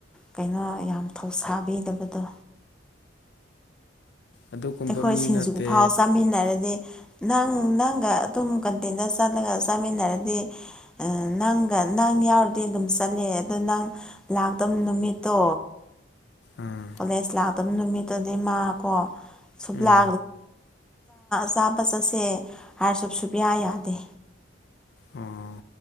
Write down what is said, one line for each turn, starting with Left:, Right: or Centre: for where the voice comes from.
Centre: ꯀꯩꯅꯣ ꯌꯥꯝ ꯊꯧꯁꯥꯕꯤꯗꯕꯗꯣ
Left: ꯑꯗꯨꯒꯨꯝꯕ
Centre: ꯑꯩꯈꯣꯏ
Left: ꯃꯤ
Centre: ꯁꯤꯡꯖꯨꯒ
Left: ꯅꯠꯇꯦ
Centre: ꯐꯥꯎ ꯆꯥꯃꯤꯟꯅꯔꯗꯤ ꯅꯪ ꯅꯪꯒ ꯑꯗꯨꯝ ꯀꯟꯇꯦꯟꯗ ꯆꯠꯂꯒ ꯆꯥꯃꯤꯟꯅꯔꯗꯤ ꯅꯪꯒ ꯅ ꯅ ꯌꯥꯎꯔꯗꯤ ꯑꯗꯨꯝ ꯆꯠꯂꯦ ꯑꯗꯣ ꯅꯪ ꯂꯥꯛꯇꯕ ꯅꯨꯃꯤꯠꯇꯣ
Left: ꯑꯥ
Centre: ꯀꯣꯂꯦꯖ ꯂꯥꯛꯇꯕ ꯅꯨꯃꯤꯠꯇꯨꯗꯤ ꯃꯥ ꯀꯣ ꯁꯨꯞꯂꯥ
Left: ꯎꯝ
Centre: ꯆꯥꯕ ꯆꯠꯁꯦ ꯍꯥꯏꯔꯁꯨ ꯁꯨꯕꯤꯌꯥ ꯌꯥꯗꯦ
Left: ꯑꯣ